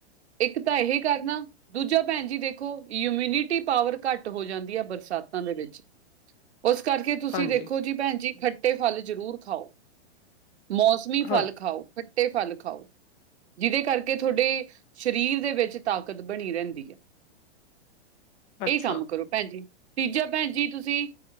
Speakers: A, on the right; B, on the left.
A: ਇੱਕ ਤਾਂ ਏਹੇ ਕਰਨਾ ਦੂਜਾ ਭੈਨ ਜੀ ਦੇਖੋ ਯੂਮੀਨਿਟੀ ਪਾਵਰ ਘੱਟ ਹੋ ਜਾਂਦੀ ਐ ਬਰਸਾਤਾਂ ਦੇ ਵਿੱਚ। ਉਸ ਕਰਕੇ ਤੁਸੀਂ
B: ਹਾਂਜੀ
A: ਦੇਖੋ ਜੀ ਭੈਨ ਜੀ ਖੱਟੇ ਫਲ ਜ਼ਰੂਰ ਖਾਓ। ਮੌਸਮੀ ਫਲ
B: ਹਾਂ
A: ਖਾਓ, ਖੱਟੇ ਫਲ ਖਾਓ। ਜਿਦੇ ਕਰਕੇ ਥੋਡੇ ਸਰੀਰ ਦੇ ਵਿੱਚ ਤਾਕਤ ਬਨੀ ਰੈਂਦੀ ਐ।
B: ਅੱਛਾ
A: ਏ ਕੰਮ ਕਰੋ। ਭੈਨ ਜੀ ਤੀਜਾ ਭੈਨ ਜੀ ਤੁਸੀਂ